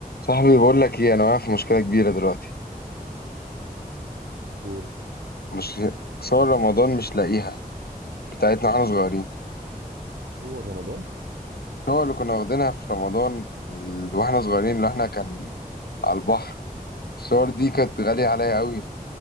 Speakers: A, on the left (about 90°); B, on the right (about 80°).
A: صاحبي بقول لك ايه انا واقع في مشكله كبيره دلوقتي
B: قول
A: مش صور رمضان مش لاقيها بتاعتنا واحنا صغيرين
B: هو رمضان
A: الصور اللي كنا واخدينها في رمضان ال- واحنا صغيرين اللي احنا كان على البحر الصور دي كانت غاليه عليا
B: ف
A: قوي